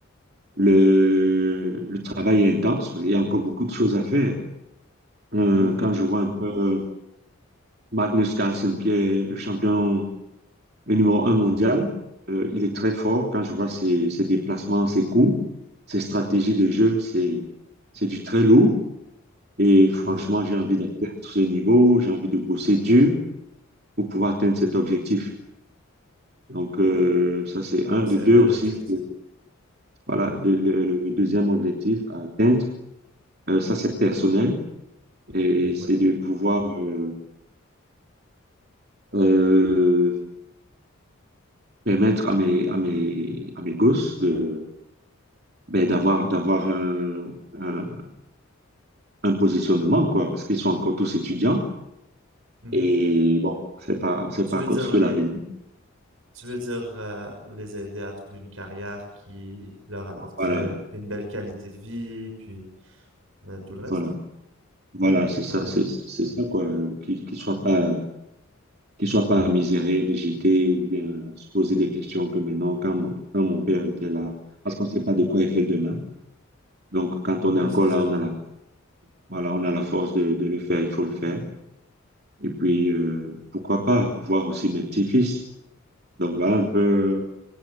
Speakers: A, on the right; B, on the right.
A: le, le travail est intense. Il y a encore beaucoup de choses à faire. Euh,
B: Mhm.
A: quand je vois un peu. Magnus Carlsen, qui est le champion, le numéro un mondial. Euh, il est très fort quand je vois ses, ses déplacements, ses coups, ses stratégies de jeu, c'est, c'est du très lourd. Et franchement,
B: Oui.
A: j'ai envie d'atteindre ce niveau, j'ai envie de bosser dur pour pouvoir atteindre cet objectif. Donc, euh, ça, c'est un.
B: Ah, c'est
A: De deux
B: un bel
A: aussi,
B: objectif.
A: c'est- voilà,
B: Oui.
A: de- le, le- le deuxième objectif à atteindre, euh, ça, c'est personnel et c'est
B: Oui.
A: de pouvoir euh, euh, permettre à mes, à mes, à mes gosses de ben, d'avoir, d'avoir un, un, un positionnement, quoi, parce qu'ils sont encore tous étudiants.
B: Mhm.
A: Et bon, on sait pas, on sait
B: Tu
A: pas
B: veux
A: que-
B: dire
A: ce que
B: les,
A: l'avenir.
B: Tu veux dire euh, les aider à trouver une carrière qui leur apporterait
A: Voilà,
B: une belle qualité de vie, puis euh, tout le reste?
A: voilà, voilà,
B: Hmm,
A: c'est ça,
B: ah ouais.
A: c'est c'est- c'est ça, quoi. Qu'ils ne soient pas, qu'ils soient pas misérés, végétés, ou bien se poser des questions que maintenant, quand, mon- quand mon père était là, parce qu'on ne sait pas de quoi il fait demain. Donc, quand
B: Oui,
A: on est encore
B: c'est certain.
A: là, on a la, voilà, on a la force de, de le faire, il faut le faire. Et puis,
B: Hmm.
A: euh, pourquoi pas voir aussi mes petits-fils. Donc, voilà un peu.